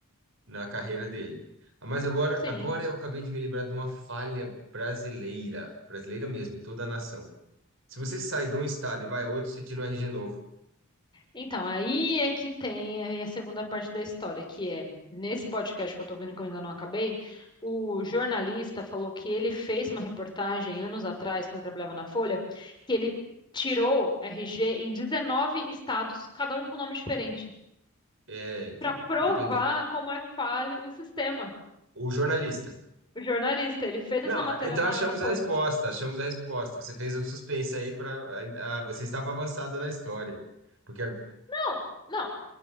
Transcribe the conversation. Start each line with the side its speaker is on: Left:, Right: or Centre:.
Right: na carreira dele. Ah, Mas agora,
Left: sim.
Right: agora eu acabei de me lembrar de uma falha brasileira, brasileira mesmo, em toda a nação. Se você sai de um estado e vai a outro, você tira um RG novo.
Left: Então, aí é que tem a segunda parte da história, que é, nesse podcast que eu tô vendo que eu ainda não acabei, o jornalista falou que ele fez uma reportagem anos atrás, quando ele trabalhava na Folha, que ele tirou RG em 19 estados, cada um com nome diferente,
Right: É, então,
Left: para provar
Right: depende.
Left: como é falho o sistema.
Right: O jornalista.
Left: O jornalista, ele fez essa
Right: Não,
Left: matéria
Right: então
Left: na,
Right: achamos
Left: na Folha.
Right: a resposta, achamos a resposta. Você fez um suspense aí para, ah, você estava avançada na história. Porque, a-
Left: Não, não.